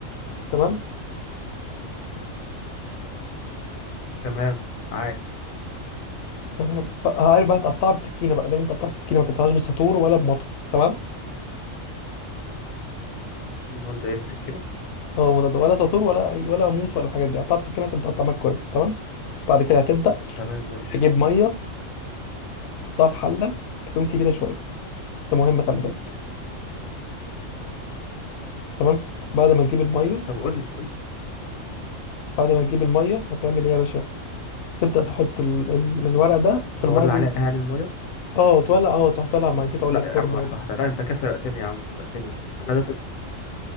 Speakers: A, on the left; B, on the left.
A: تمام
B: تمام معاك
A: تمام بقى عارف بقى تقطعها بسكينه بقى لازم تقطعها بسكينه ما تقطعهاش بساطور ولا بمطو تمام
B: امال بيمسك كده
A: اه مضاد ولا ساطور ولا اي ولا موس ولا الحاجات دي قطعها بسكينه عشان تقطع معاك كويس تمام بعد كده هتبدا
B: تمام ماشي
A: تجيب ميه تحطها في حله تكون كبيره شويه ده مهم خلي بالك تمام بعد ما تجيب الميه
B: طب قول لي قول لي
A: بعد ما تجيب الميه هتعمل ايه يا باشا تبدا تحط ال... ال... الورق ده في
B: بولع
A: الميه دي
B: عليها يعني الميه
A: اه تولع اه صح تولع الميه نسيت اقول
B: لا
A: لك حوار
B: يا عم
A: الميه
B: واحده
A: ده
B: واحده لا انت كده سرقتني يا عم سرقتني انا ده طب